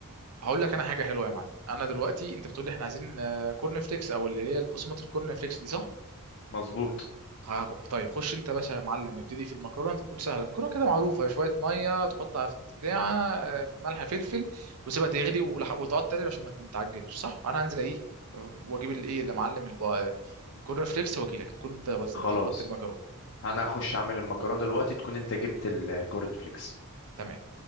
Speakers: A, on the right; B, on the left.
A: هقول لك انا حاجه حلوه يا معلم انا دلوقتي انت بتقول لي احنا عايزين آه، كورن فليكس او اللي هي بقسمه الكورن فليكس دي صح
B: مظبوط
A: خ- طيب خش انت بس يا معلم ابتدي في المكرونه انت بتقول سهله المكرونه كده معروفه شويه ميه تحطها في بتاع آه، ملح فلفل وسيبها تغلي ولح- وتقعد تقلب عشان ما ما تعجنش صح انا هنزل ايه واجيب الايه اللي معلم الب- الكورن فليكس واجي لك تكون انت بس-
B: خلاص
A: ظبطت المكرونه
B: انا هخش اعمل المكرونه دلوقتي تكون انت جبت الكورن فليكس
A: تمام